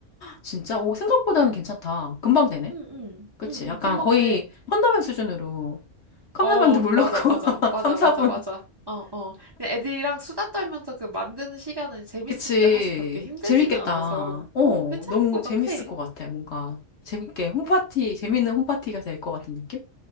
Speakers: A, on the left; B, on the right.
A: 진짜? 오, 생각보다는 괜찮다. 금방 되네.
B: 응, 응.
A: 그치?
B: 응,
A: 약간
B: 응, 금방
A: 거의
B: 돼.
A: 컵라면 수준으로. 컵라면도
B: 어,
A: 물
B: 맞아,
A: 넣고, <laughs>
B: 맞아, 맞아,
A: 3, 4분.
B: 맞아, 맞아. 어, 어. 그냥 애들이랑 수다 떨면서 그 만드는 시간은 재밌으니까
A: 그치.
B: 사실 그렇게 힘들지는
A: 재밌겠다.
B: 않아서,
A: 어,
B: 어, 괜찮을
A: 너무
B: 것
A: 재밌을
B: 같아.
A: 것 같아. 뭔가 재밌게 홈파티, 재밌는 홈파티가 될 것 같은 느낌?